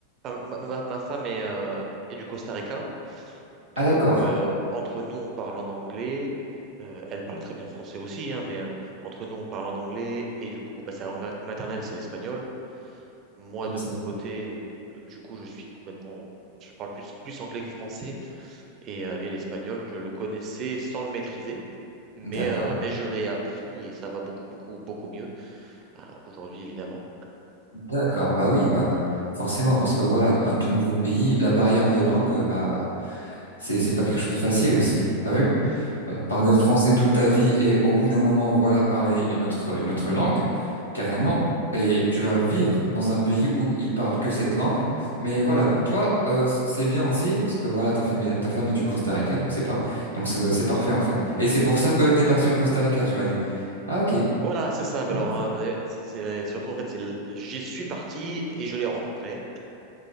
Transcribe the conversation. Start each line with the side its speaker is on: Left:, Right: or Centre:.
Right: ma, ma- ma- ma femme est, euh, est du Costa Rica. Donc,
Left: Ah d'accord.
Right: euh, entre nous, on parle en anglais. Euh, elle parle très bien français aussi, hein, mais euh, entre nous, on parle en anglais. Et du coup, bah, sa langue nat- maternelle, c'est l'espagnol. Moi,
Left: Donc
Right: de
Left: c'est
Right: mon côté, euh, du coup, je suis complètement... Je parle plus, plus anglais que français. Et, euh, et l'espagnol, je le connaissais sans le maîtriser. Mais,
Left: d'accord,
Right: euh, mais je l'ai appris et ça va beaucoup, beaucoup, beaucoup mieux. Ah, aujourd'hui, évidemment.
Left: d'accord. Bah oui, bah forcément, parce que voilà, un tout nouveau pays, la barrière de langue, euh, bah c'est c'est pas quelque chose de facile aussi. T'as vu? Euh, parler
Right: Non.
Left: le français toute ta vie et au bout d'un moment, voilà, parler une autre une autre langue, carrément. Et tu vas vivre dans un pays où ils parlent que cette langue. Mais voilà, donc toi, euh, c- c'est bien aussi parce que voilà, ta femme est, ta femme est du Costa Rica, donc c'est pas donc c'est c'est parfait en fait. Et c'est pour ça que t'es parti en Costa Rica, tu m'as dit. Ah ok.
Right: Voilà, c'est ça. Bah,
Left: Ok.
Right: Alors, hein, c'est, c'est- surtout, en fait, c'est, le- j'y suis parti et je l'ai rencontré.